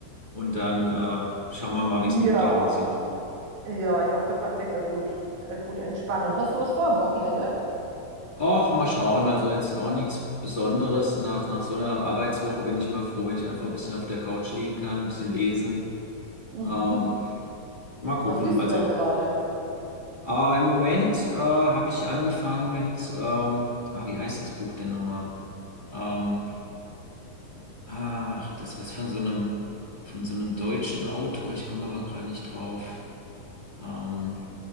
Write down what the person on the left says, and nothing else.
und dann äh, schauen wir mal,
wie es Montag aussieht.
Auch mal schauen, also jetzt auch nichts Besonderes. Nach, nach so einer Arbeitswoche bin ich immer froh, wenn ich einfach ein bisschen auf der Couch liegen kann, ein bisschen lesen.
Ähm, mal gucken,
also.
Aber im Moment äh, habe ich angefangen mit, ähm, ah, wie heißt das Buch denn nochmal? Ähm, ach, das was von so einem, von so einem deutschen Autor, ich komme aber gerade nicht drauf. Ähm,